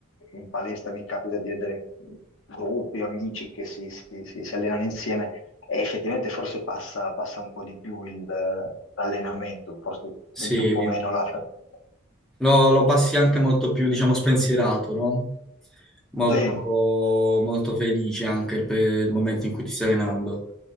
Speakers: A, on the left; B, in the centre.
A: in palestra mi capita di vedere gruppi, amici che si, si- si- si allenano insieme e effettivamente forse passa, passa un po' di più il- l'allenamento, forse senti
B: Sì.
A: un po' meno la fatica.
B: Lo, lo passi anche molto più, diciamo, spensierato, no? Molto,
A: Sì.
B: molto felice anche per il momento in cui ti stai allenando.